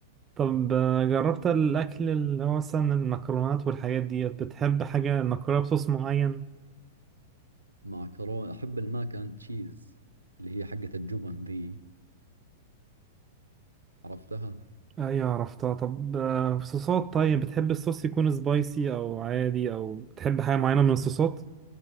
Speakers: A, on the right (about 25°); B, on the right (about 85°).
A: طب آه، جربت الاكل اللي هو مثلا المكرونات والحاجات ديت بتحب حاجه مكرونه بصوص معين
B: مع كورونا أحب الماك أند تشيز اللي هي حقة الجبن ذي عرفتها
A: ايوه عرفتها طب آه، صوصات طيب بتحب الصوص يكون سبايسي او عادي او بتحب حاجه معينه من الصوصات